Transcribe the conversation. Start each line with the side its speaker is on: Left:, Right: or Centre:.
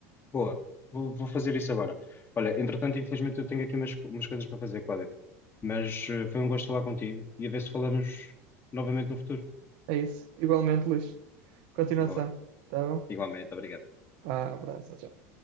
Left: Boa, vou, vou fazer isso agora. Olha, entretanto, infelizmente eu tenho aqui umas, co- umas coisas para fazer, Cláudio, mas eh, foi um gosto falar contigo e a ver se falamos novamente no futuro.
Right: É isso. Igualmente, Luís. Continuação.
Left: Boa,
Right: Tá bom?
Left: igualmente, obrigado.
Right: Ah, abraço, tchau.